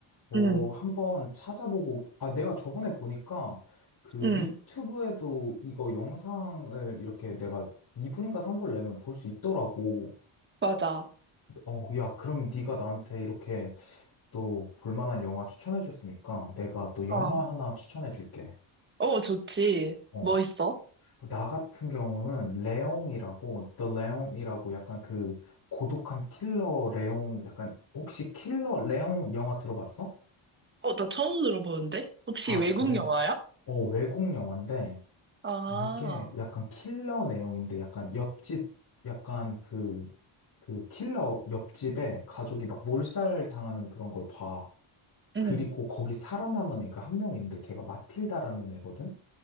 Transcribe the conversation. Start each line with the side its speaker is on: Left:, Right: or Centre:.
Left: 어,
Right: 응,
Left: 한번 찾아보고, 아, 내가 저번에 보니까 그
Right: 응,
Left: 유튜브에도 이거 영상을 이렇게 내가 2분인가 3분 내면 볼 수 있더라고.
Right: 맞아.
Left: 어, 야, 그럼 네가 나한테 이렇게 또 볼만한 영화 추천해줬으니까 내가 또 영화
Right: 어,
Left: 하나 추천해줄게.
Right: 어, 좋지.
Left: 어,
Right: 뭐 있어?
Left: 나 같은 경우는 레옹이라고, The Leon이라고 약간 그 고독한 킬러 레옹, 약간 혹시 킬러 레옹 영화 들어봤어?
Right: 어, 나 처음 들어보는데? 혹시
Left: 아,
Right: 외국
Left: 그래.
Right: 영화야?
Left: 어, 외국 영화인데,
Right: 아,
Left: 이게 약간 킬러 내용인데 약간 옆집 약간 그 그 킬러 옆집에 가족이 막 몰살 당하는 그런 걸 봐. 그리고
Right: 응,
Left: 거기 살아남은 애가 한 명 있는데 걔가 마틸다라는 애거든.